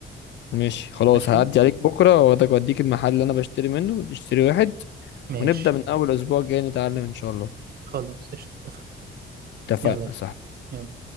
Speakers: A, on the left; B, on the right.
A: ماشي خلاص
B: ماشي
A: هعدي عليك بكرة واخدك واديك المحل اللي انا بشتري منه تشتري واحد
B: ماشي
A: ونبدأ من اول اسبوع جاي نتعلم ان شاء الله
B: خلاص قشطة اتفقنا
A: اتفقنا
B: يلا بينا.
A: صح
B: يلا